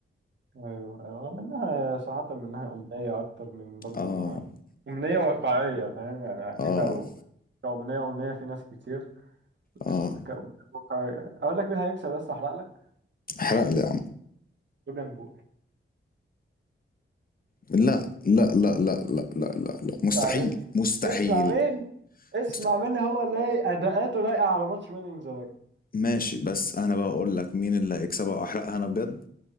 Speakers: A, on the right; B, on the left.
A: ايوه ايوه منها ساعات منها امنيه اكتر من برضو
B: اه
A: ما امنيه واقعيه فاهم يعني اكيد
B: اه
A: لو كأمنية أمنية في ناس كتير بس
B: اه
A: كأمنية واقعية أقول لك مين هيكسب بس أحرق لك
B: احرق لي يا عم
A: لوجان بول
B: لا لا لا لا لا لا لا لا مستحيل
A: اسمع مني
B: مستحيل
A: اسمع مين اسمع
B: مست...
A: مني هو لايق أداءاته لايقة على ماتش ماني إن ذا بانك
B: ماشي بس انا بقى اقول لك مين اللي هيكسبها واحرقها انا بجد